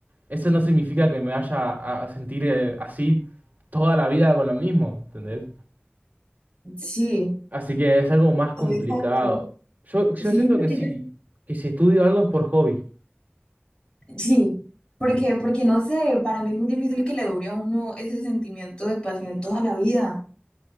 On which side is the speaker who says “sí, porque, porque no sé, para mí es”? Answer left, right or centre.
Left